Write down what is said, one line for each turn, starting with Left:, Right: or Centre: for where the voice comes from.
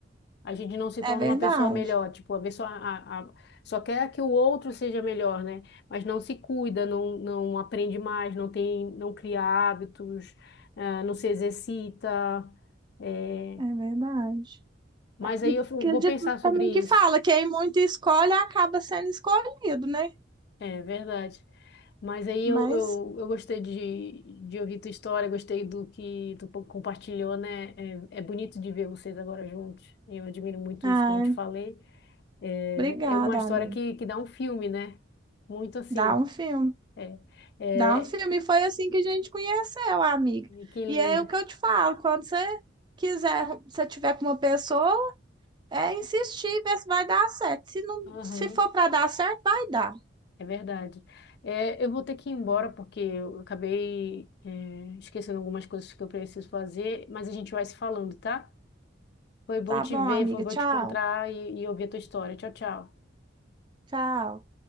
Left: A gente não se torna
Right: É verdade,
Left: uma pessoa melhor, tipo, a pessoa a, a- só quer que o outro seja melhor, né? Mas não se cuida, não, não aprende mais, não tem, não cria hábitos, ah, não se exercita. é,
Right: é verdade.
Left: Mas
Right: E
Left: aí
Right: tem
Left: eu vou
Right: aquele ditado
Left: pensar sobre
Right: também que
Left: isso.
Right: fala, quem muito escolhe acaba sendo escolhido, né?
Left: É verdade. Mas aí
Right: Mas,
Left: eu, eu, eu gostei de, de ouvir tua história, gostei do que tu po- compartilhou, né? É, é bonito de ver vocês agora juntos. Eu admiro muito
Right: ai,
Left: isso, como eu te falei. É,
Right: obrigada,
Left: é uma história
Right: amiga.
Left: que, que dá um filme, né? Muito assim.
Right: Dá um filme.
Left: É, é,
Right: Dá um filme. E Foi assim que a gente conheceu, amiga.
Left: que lindo.
Right: E é o que eu te falo, quando você quiser, se tiver com uma pessoa, é insistir, ver se vai dar certo. Se não,
Left: Aham,
Right: se for para dar certo, vai dar.
Left: é verdade. É, eu vou ter que ir embora porque eu acabei, é, esquecendo algumas coisas que eu preciso fazer, mas a gente vai se falando, tá? Foi bom
Right: Tá
Left: te
Right: bom,
Left: ver,
Right: amiga.
Left: foi bom
Right: Tchau.
Left: te encontrar e, e ouvir a tua história. Tchau, tchau.
Right: Tchau.